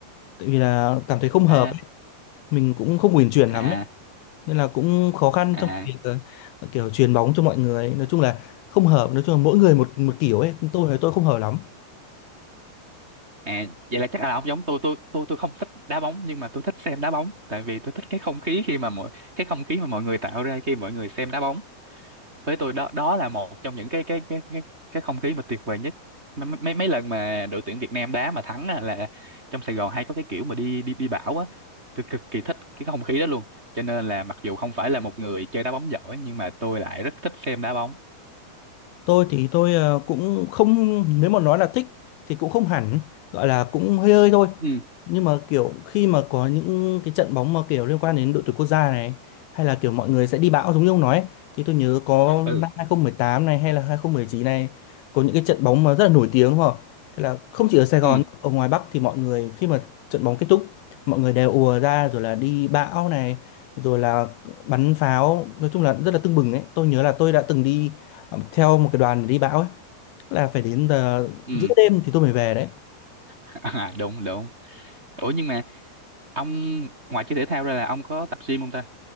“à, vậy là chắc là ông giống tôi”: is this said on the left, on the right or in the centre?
Right